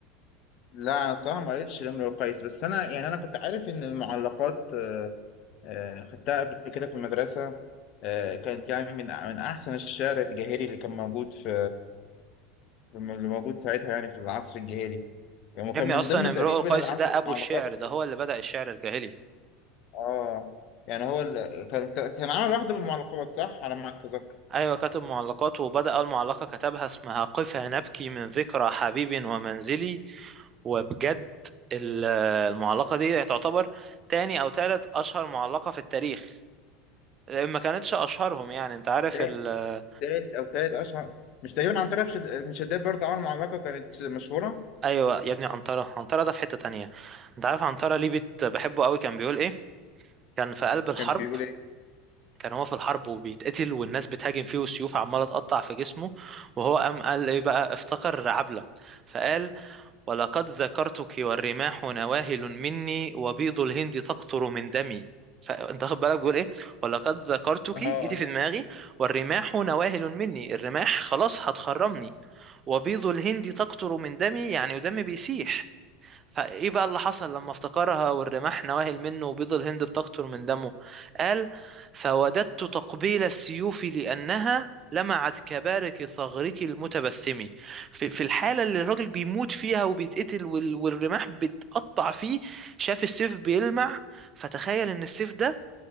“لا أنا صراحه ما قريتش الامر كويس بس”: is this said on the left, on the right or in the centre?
Left